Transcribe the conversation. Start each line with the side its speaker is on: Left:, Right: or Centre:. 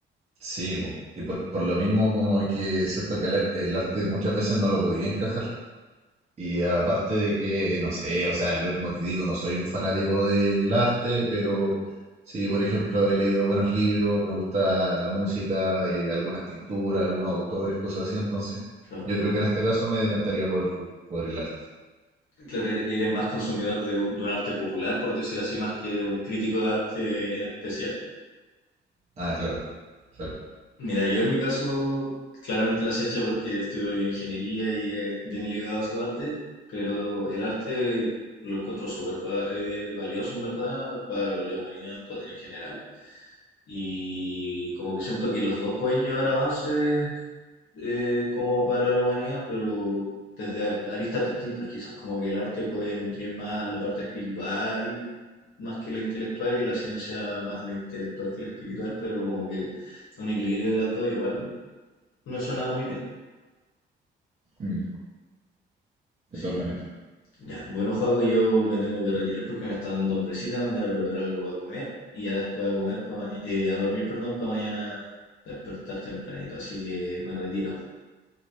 Right: sí, po. Y por, por lo mismo como que siento que el, ar- el arte muchas veces no lo podía encajar. Y aparte de que, no sé, o sea, yo como te digo, no soy un fanático del arte, pero sí, por ejemplo, he leído buenos libros, me gusta la música, eh, algunas pinturas, algunos autores, cosas así, entonces
Left: Claro.
Right: yo creo que en este caso me decantaría por, por el arte.
Left: Claro, er- eres más consumidor de, u- de un arte popular, por decir así, más que un crítico de arte en especial.
Right: Ah, claro, claro.
Left: Mira, yo en mi caso, claramente la ciencia porque estudio ingeniería y es bien ligado a su arte, pero el arte lo encuentro súper va- eh, valioso en verdad para la humanidad en, to- en general. Y como que siento que los dos pueden llevar avances eh, como para la humanidad, pero desde a- aristas distintas quizás, como que el arte puede nutrir más la parte espiritual, más que la intelectual, y la ciencia más la intelectual que la espiritual, pero como que un equilibrio de las dos igual me suena muy bien.
Right: Mm, de
Left: Sí,
Right: todas maneras.
Left: ya. Bueno, Joaco, yo me tengo que retirar porque me está dando hambrecita, me voy a ir a preparar algo para comer y ya después a comer pa' maña- eh, a dormir, perdón, para mañana despertar tempranito, así que me retiro.